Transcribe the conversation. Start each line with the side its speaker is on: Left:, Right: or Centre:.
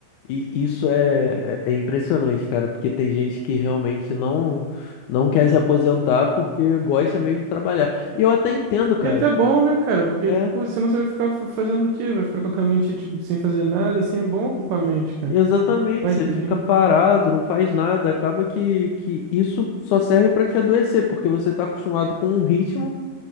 Left: e isso é, é impressionante, cara, porque tem gente que realmente não não quer se aposentar porque gosta mesmo de trabalhar. E eu até entendo, cara.
Right: E é até bom, né, cara? Porque,
Left: É,
Right: pô, senão você vai ficar fa- fazendo o quê? Vai ficar com a mente, tipo, sem fazer nada, assim, é bom ocupar a
Left: e-
Right: mente, cara.
Left: exatamente,
Right: Faz
Left: você
Right: bem.
Left: fica parado, não faz nada, acaba que, que isso só serve pra te adoecer, porque você tá acostumado com um ritmo